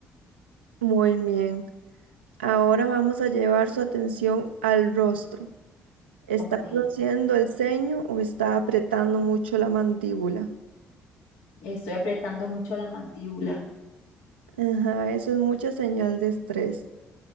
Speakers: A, on the right; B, on the left.
A: muy bien. Ahora vamos a llevar su atención al rostro. ¿Está
B: Ok,
A: frunciendo el ceño o está apretando mucho la mandíbula?
B: estoy apretando mucho la mandíbula.
A: Ajá, eso es mucha señal de estrés.